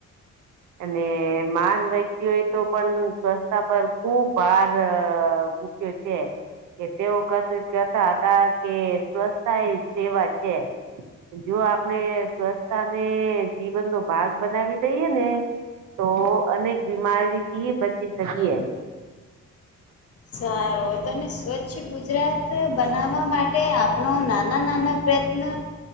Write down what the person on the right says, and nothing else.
<inaudible> અને મહાન વ્યક્તિઓએ તો પણ સ્વચસ્છતા પર ખુબ ભાર મૂક્યો છે. કે તેઓ કતા હતા કે સ્વચતા એ સેવા છે. જો આપણે સ્વચ્છતાને જીવનનો ભાગ બનાવી દઈય ને. તો અનેક બીમારી થી બચી શકીએ.